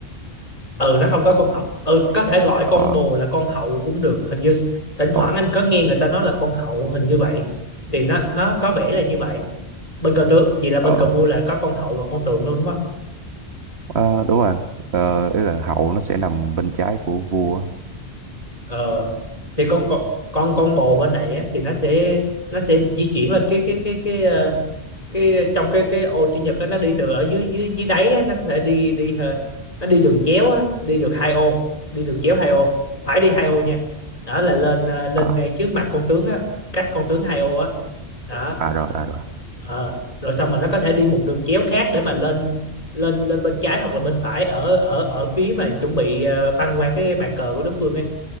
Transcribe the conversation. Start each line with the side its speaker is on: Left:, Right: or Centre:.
Left: ừ nó không có con hậu ừ có thể gọi
Right: Ờ
Left: con bồ là con hậu cũng được hình như thỉnh thoảng
Right: ồ
Left: anh có nghe người ta nói là con hậu hình như vậy thì nó nó có vẻ là như vậy bên cờ tướng vậy là bên
Right: ờ
Left: cờ vua là có con hậu và con tượng luôn đúng không
Right: ờ, đúng rồi. anh. Ờ ý là hậu nó sẽ nằm bên trái của vua.
Left: ờ thì con con con con bồ bên này á, thì nó sẽ nó sẽ di chuyển lên cái cái cái cái ờ, cái trong cái cái ô chữ nhật á, nó đi từ ở dưới dưới dưới đáy á, nó có thể đi đi ờ, nó đi đường chéo á, đi được hai ô đi đường chéo hai ô phải đi hai ô nha đó là lên ờ, lên
Right: À
Left: ngay trước mặt con tướng á cách con tướng hai ô á đó
Right: à rồi à rồi.
Left: Ờ. rồi xong mà nó có thể đi một đường chéo khác để mà lên lên lên bên trái hoặc là bên phải ở ở ở phía mà chuẩn bị ờ, băng qua cái bàn cờ của đối phương ấy